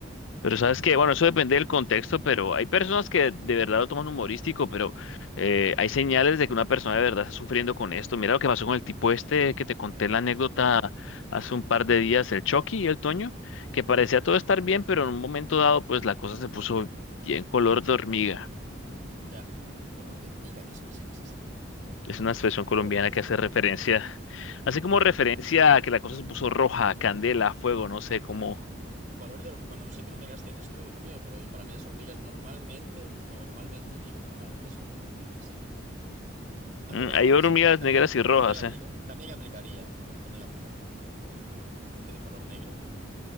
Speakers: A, on the left (about 75°); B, on the right (about 40°).
A: Pero sabes que, bueno, eso depende del contexto, pero hay personas que de verdad lo toman humorístico, pero eh, hay señales de que una persona de verdad está sufriendo con esto. Mira lo que pasó con el tipo este que te conté la anécdota hace un par de días, el Chucky y el Toño, que parecía
B: Mm,
A: todo estar bien, pero en un momento dado, pues la cosa se puso bien color de hormiga.
B: Ya. Color de hormiga, ¿qué expresión es esa?
A: Es una expresión
B: <laughs>
A: colombiana
B: Color
A: que
B: de
A: hace referencia, hace como referencia a que la cosa se puso roja, candela, fuego, no sé, como
B: Color de hormigas. Bueno, no sé qué hormigas tienes tú, hijo mío, pero yo- para mí las hormigas normalmente, normalmente, digo, normalmente son de negras, ¿eh? Aunque
A: mm,
B: bueno,
A: hay
B: también
A: hormigas
B: se- también,
A: negras y rojas,
B: también aplica,
A: ¿eh?
B: también aplicaría, también aplicaría igualmente. Porque de color negro